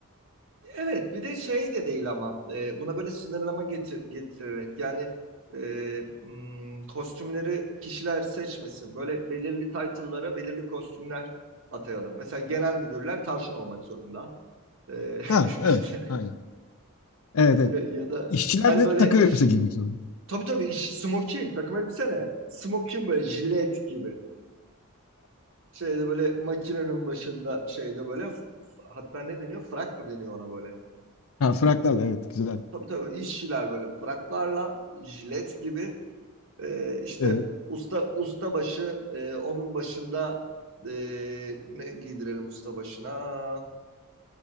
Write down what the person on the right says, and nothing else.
Evet bir de şey de değil ama Ee, buna böyle sınırlama getir- getirerek yani e, hmm, kostümleri kişiler seçmesin böyle belirli title'lara belirli kostümler atayalım. Mesela genel müdürler tavşan olmak zorunda Ee,
<laughs>
işte
ya, ya da
hani
böyle
ş-
tabii tabii iş, smoking takım elbise ne? Smoking böyle jilet gibi. Şeyde böyle makinenin başında şeyde böyle hatta ne deniyor? Frak mı deniyor ona böyle?
Tabii tabii işçiler böyle fraklarla jilet gibi e, işte
usta usta başı e, onun başında e, ne giydirelim usta başına?